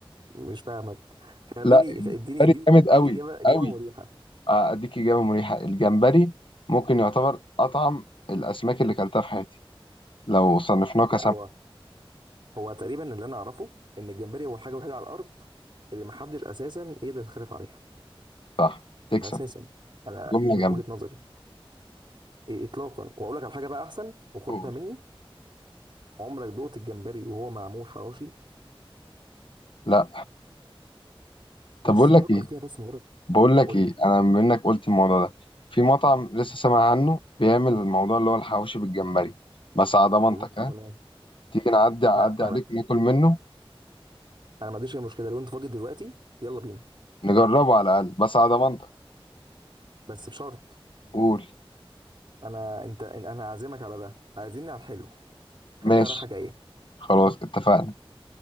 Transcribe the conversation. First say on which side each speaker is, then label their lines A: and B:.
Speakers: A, on the right; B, on the left.
A: مش فاهمك
B: <laughs>
A: خليني
B: لا
A: خ- اديني
B: الجمبري
A: اديني
B: جامد
A: اديني
B: قوي
A: اجابه اجابه
B: قوي
A: مريحه
B: آه، اديك اجابه مريحه الجمبري ممكن يعتبر اطعم الاسماك اللي كلتها في حياتي لو صنفناه كسمك
A: لا هو هو تقريبا اللي انا اعرفه ان الجمبري هو الحاجه الوحيده على الارض اللي ما حدش اساسا يقدر يتخلف عليها
B: صح تكسب
A: اساسا انا
B: جمله
A: من
B: جامده
A: وجهة نظري إيه اطلاقا واقول لك على حاجه بقى احسن وخدها
B: قول.
A: مني عمرك دوقت الجمبري وهو معمول حواوشي
B: لا
A: بس
B: طب بقول لك
A: فكر
B: ايه
A: فيها بس مجرد
B: بقول لك
A: قول
B: ايه
A: لي
B: انا بما انك قلت الموضوع ده في مطعم لسه سامع عنه بيعمل الموضوع اللي هو الحواوشي بالجمبري بس على ضمانتك
A: مم،
B: ها
A: تمام
B: تيجي نعدي اعدي
A: لا
B: عليك وناكل منه
A: انا ما عنديش اي مشكله لو انت فاضي دلوقتي يلا بينا
B: نجربه على الاقل بس على ضمانتك
A: بس بشرط
B: قول
A: انا انت إن- انا هعزمك على ده عايزيني على الحلو خليها
B: ماشي
A: راحه جايه
B: خلاص اتفقنا